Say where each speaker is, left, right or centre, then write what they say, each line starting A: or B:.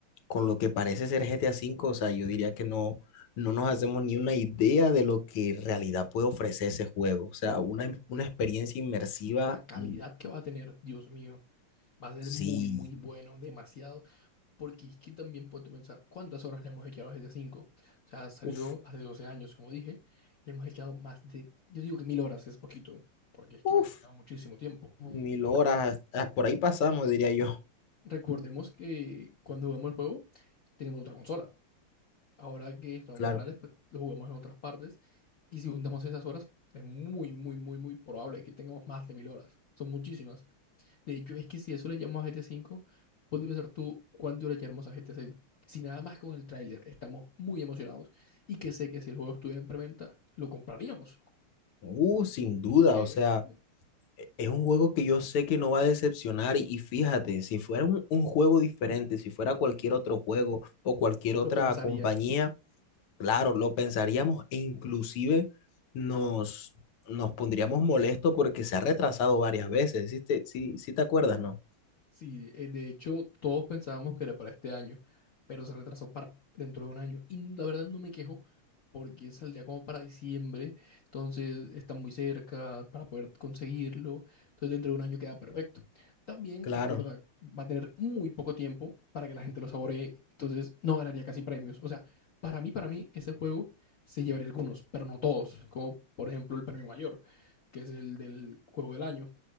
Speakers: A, on the left (about 85°); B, on the left (about 55°).
A: con lo que parece ser GTA V, o sea, yo diría que no, no nos hacemos ni una idea de lo que en realidad puede ofrecer ese juego. O sea, una, una experiencia inmersiva,
B: La calidad
A: mm,
B: que va a tener, Dios mío, va a ser
A: sí,
B: muy, muy bueno, demasiado. Porque es que también puedo pensar, ¿cuántas horas le hemos echado a GTA V? O sea, salió
A: uff,
B: hace 12 años, como dije, le hemos echado más de, yo digo que mil horas es poquito, porque es
A: uff.
B: que le hemos echado muchísimo tiempo.
A: Mil
B: Porque
A: horas, ah, por ahí pasamos, diría yo,
B: recordemos que cuando jugamos el juego, tenemos otra consola. Ahora que estamos
A: <laughs>
B: más grandes,
A: claro.
B: pues lo jugamos en otras partes. Y si juntamos esas horas, es muy, muy, muy, muy probable que tengamos más de mil horas. Son muchísimas. De hecho, es que si eso le llamamos a GT 5 ponte a pensar tú cuándo le llamamos a GT 6. Si nada más con el tráiler estamos muy emocionados y que sé que si el juego estuviera en preventa, lo compraríamos.
A: Uh, sin duda,
B: Es que
A: o sea,
B: mm,
A: e- es un juego que yo sé que no va a decepcionar y, y fíjate, si fuera un, un juego diferente, si fuera cualquier otro juego o cualquier otra
B: lo pensaría.
A: compañía, claro, lo pensaríamos e inclusive nos, nos pondríamos molestos porque se ha retrasado varias veces, ¿sí te, sí, sí te acuerdas, no?
B: Sí, eh, de hecho, todos pensábamos que era para este año, pero se retrasó para dentro de un año. Y la verdad no me quejo porque saldría como para diciembre, entonces está muy cerca para poder conseguirlo. Entonces dentro de un año queda perfecto. También
A: Claro,
B: recuerda, va a tener muy poco tiempo para que la gente lo saboree, entonces no ganaría casi premios. O sea, para mí, para mí, ese juego se llevaría algunos, pero no todos, como por ejemplo el premio mayor, que es el del juego del año.